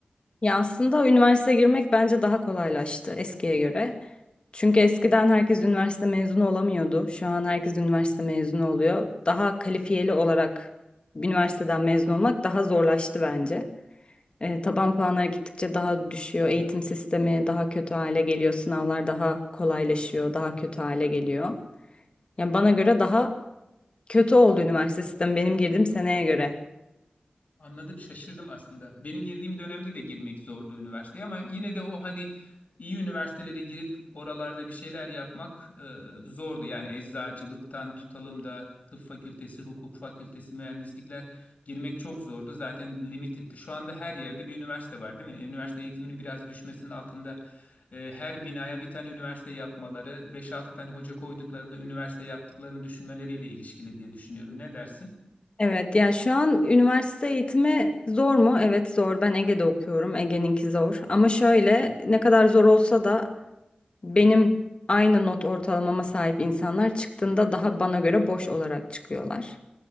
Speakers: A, on the left (about 40°); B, on the left (about 60°).
A: Ya aslında üniversiteye girmek bence daha kolaylaştı eskiye göre. Çünkü eskiden herkes üniversite mezunu olamıyordu. Şu an herkes üniversite mezunu oluyor. Daha kalifiyeli olarak üniversiteden mezun olmak daha zorlaştı bence. E, taban puanları gittikçe daha düşüyor. Eğitim sistemi daha kötü hale geliyor. Sınavlar daha kolaylaşıyor, daha kötü hale geliyor. Yani bana göre daha kötü oldu üniversite sistemi benim girdiğim seneye göre.
B: Anladım, şaşırdım aslında. Benim girdiğim dönemde de girmek zordu üniversiteye ama yine de o hani iyi üniversitelere girip oralarda bir şeyler yapmak e, zordu. Yani eczacılıktan tutalım da tıp fakültesi, hukuk fakültesi, mühendislikler girmek çok zordu. Zaten limited'ti. Şu anda her yerde bir üniversite var, değil mi? E, Üniversite eğitiminin biraz düşmesinin altında e, her binaya bir tane üniversite yapmaları, beş altı tane hoca koyduklarında üniversite yaptıklarını düşünmeleriyle ilişkili diye düşünüyorum. Ne dersin?
A: Evet ya şu an üniversite eğitimi zor mu? Evet zor. Ben Ege'de okuyorum. Ege'ninki zor. Ama şöyle ne kadar zor olsa da benim aynı not ortalamama sahip insanlar çıktığında daha bana göre boş olarak çıkıyorlar.